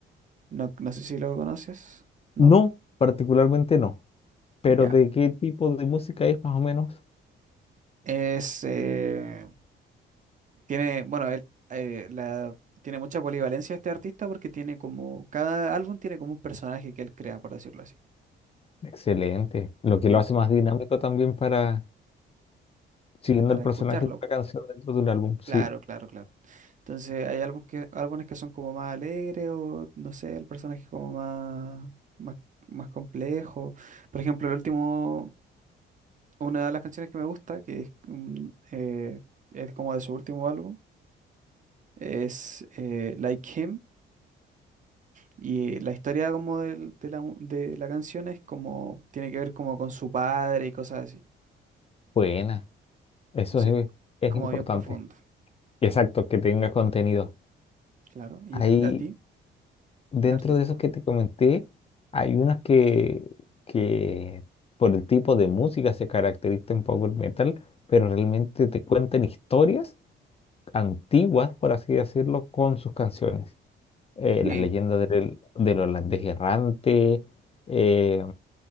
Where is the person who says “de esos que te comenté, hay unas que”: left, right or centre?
Left